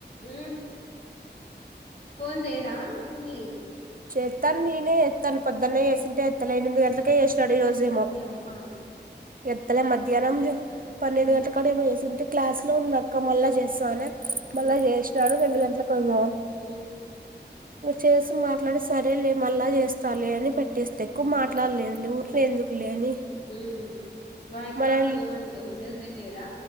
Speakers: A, on the left; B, on the right.
A: ఉమ్ ఫోన్ చేయడా ముని
B: చెత్తాను నేనే ఎత్తాను పొద్దున్నే చెసింటే ఎత్తలేను ఎనిమిది గంటలకె
A: ఉమ్
B: చేసినాడు ఈ రోజేమో
A: ఓయమ్మ
B: ఎత్తలే మధ్యాహ్నం పన్నెండు
A: ఉమ్
B: గంటల కడ ఏమో చేసింటే క్లాస్ లో ఉన్నాక్క మళ్ళా చేస్తానె మళ్ళా
A: ఉమ్
B: చేసినాడు. రెండు గంట కైమ
A: ఉమ్
B: చేసి మాట్లాడి సరే లే మళ్ళా చేస్తా లే అని పెట్టేస్తే ఎక్కువ మాట్లాడలేదు లే ఊరికనే ఎందుకు లే అని
A: ఉమ్ వాయప్ప
B: మనల్ని
A: ఏమందో మెసేజె చేయడా?